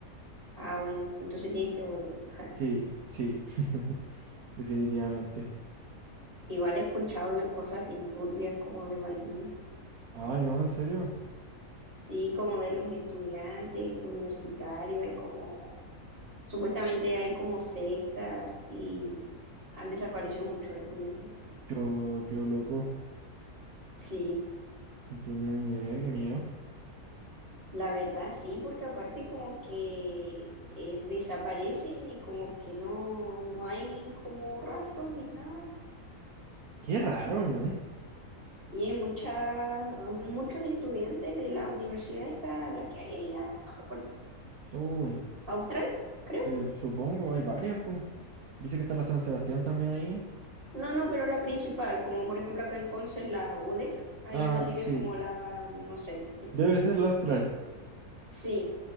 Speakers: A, on the right (about 35°); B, on the right (about 70°).
A: Ah, bueno, entonces tienes que volver. <laughs>
B: Sí, sí. <laughs> Definitivamente.
A: Igual he escuchado yo cosas bien turbias como de Valdivia.
B: Ay, no, en serio.
A: Sí, como de los estudiantes universitarios, hay como, supuestamente hay como sectas y han desaparecido muchos estudiantes.
B: Yo quedo loco.
A: Sí,
B: No tenía ni idea, qué miedo.
A: la verdad sí, porque aparte como que eh, desaparecen y como que no, no hay como rastros ni nada.
B: Qué raro, weón.
A: Y hay muchas, muchos estudiantes de la universidad esta, la que hay allá, no recuerdo,
B: Uy,
A: Austral, creo
B: eh, supongo, hay varias, pues. Dice que está la San Sebastián también ahí.
A: No, no, pero la principal, como por ejemplo acá en Conce, la UDEC, ahí
B: Ah,
A: en Valdivia
B: sí.
A: es como la, no sé,
B: Debe ser la Austral.
A: sí,